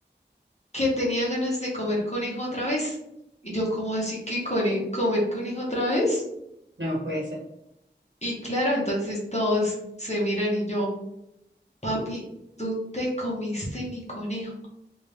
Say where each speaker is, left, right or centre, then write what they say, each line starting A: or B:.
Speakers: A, on the left; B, on the right.
A: que tenía ganas de comer conejo otra vez. Y yo como así que cone- comer conejo otra vez.
B: no puede ser.
A: Y claro, entonces todos se miran y yo, papi, ¿tú te comiste mi conejo?